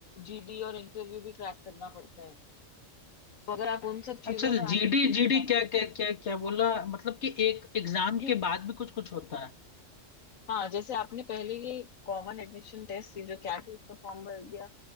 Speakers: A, on the left; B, on the left.
A: जीडी और इंटरव्यू भी क्रैक करना पड़ता है तो अगर आप उन सब
B: अच्छा
A: चीजों
B: तो
A: में आगे
B: जीडी
A: निकल
B: जीडी
A: के आते
B: क्या
A: हैं
B: क्या क्या क्या बोला मतलब कि एक एग्जाम
A: जी
B: के बाद भी कुछ कुछ होता है
A: हाँ जैसे आपने पहले ये कॉमन एडमिशन टेस्ट ये जो कैट का फॉर्म भर दिया